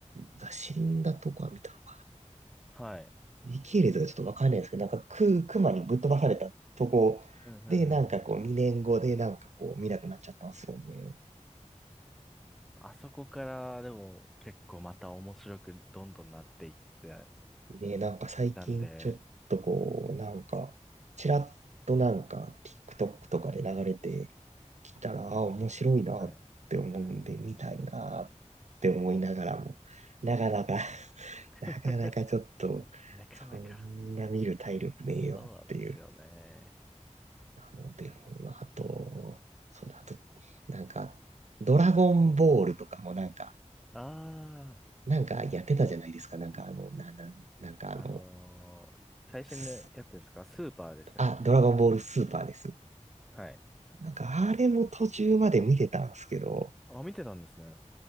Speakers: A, on the right; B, in the centre.
A: が死んだとこは見たのか。
B: はい。
A: 時系列がちょっとわかんないんですけど、なんかク、クマにぶっ飛ばされたとこで、
B: うんうんうんうん。
A: なんかこう、2年後でなんかこう、見なくなっちゃったんですよね。
B: あそこからでも結構また面白くどんどんなっていって
A: ね、なんか最近ちょっとこう、
B: たんで、
A: なんか、ちらっとなんか TikTok とかで流れてきたら、あ、面白いなって思うんで、
B: はい。うーん。
A: 見たいなって思いながらも、なかなか <laughs>
B: <laughs>
A: なかなかちょっと、
B: なかなか。
A: そんな見る体力ねえよっていう。
B: そうなんですよね。
A: なので、ほんあと、そうだ、あと、なんか、ドラゴンボールとかもなんか、
B: あ
A: なんかやってたじゃないですか。なんかあの、な、な、なんかあの、
B: あ、あのー最新のやつですかスーパーでしたっけ
A: すあ、ドラゴンボールスーパーです。
B: はい。
A: なんかあれも途中まで見てたんですけど、
B: あ、見てたんですね。